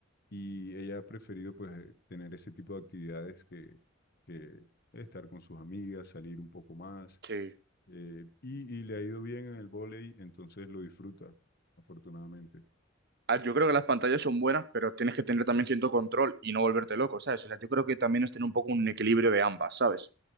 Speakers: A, on the left; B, on the right.
A: y ella ha preferido pues eh, tener ese tipo de actividades que, que estar con sus amigas, salir un poco más.
B: Sí.
A: eh, y, y le ha ido bien en el vóley, entonces lo disfruta, afortunadamente.
B: Ah, Yo creo que las pantallas son buenas, pero tienes que tener también cierto control y no volverte loco, ¿sabes? O sea, yo creo que también es tener un poco un equilibrio de ambas, ¿sabes?